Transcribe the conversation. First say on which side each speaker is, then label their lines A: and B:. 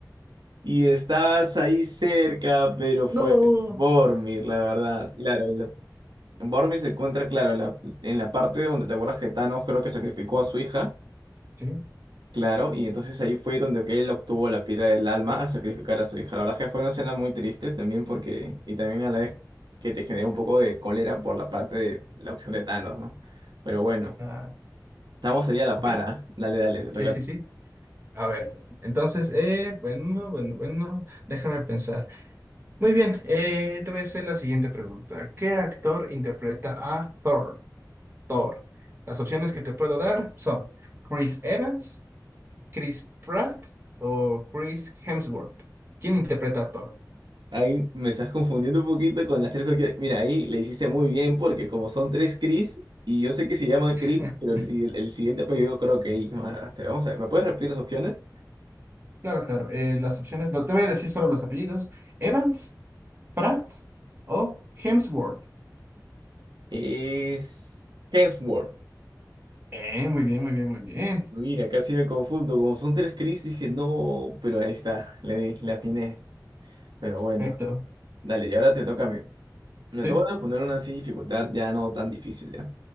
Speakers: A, on the right; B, on the right.
A: Y estabas ahí cerca, pero fue
B: No.
A: Bormir, la verdad. Claro, lo- Bormir se encuentra, claro, en la, en la parte donde te acuerdas que Thanos creo que sacrificó a su hija,
B: Sí.
A: claro, y entonces ahí fue donde que él obtuvo la piedra del alma al sacrificar a su hija. La verdad es que fue una escena muy triste también porque, y también a la vez que te generó un poco de cólera por la parte de la opción de Thanos, ¿no? Pero bueno,
B: Ah,
A: estamos allá
B: ok.
A: a la para. Dale, dale, te toca.
B: Sí, sí, sí. A ver, entonces, eh, bueno, bueno, bueno, déjame pensar. Muy bien, eh, te voy a hacer la siguiente pregunta. ¿Qué actor interpreta a Thor? Thor. Las opciones que te puedo dar son Chris Evans, Chris Pratt o Chris Hemsworth. ¿Quién interpreta a Thor?
A: Ahí me estás confundiendo un poquito con las tres opciones. Mira, ahí le hiciste muy bien porque como son tres Chris, y yo sé que se llama
B: <laughs>
A: Chris, pero el, si- el siguiente apellido creo que es Madrastra. Vamos a ver, ¿me puedes repetir las opciones?
B: Claro, claro, eh, las opciones, lo, te voy a decir solo los apellidos. Evans, Pratt o Hemsworth.
A: Es Hemsworth.
B: Eh, muy bien, muy bien, muy bien.
A: Mira, casi me confundo. Como son tres Chris, dije no, pero ahí está, le di, la atiné. Pero bueno,
B: Perfecto.
A: dale, y ahora te toca a mí. Me
B: Sí.
A: toca poner una así dificultad ya no tan difícil, ¿ya?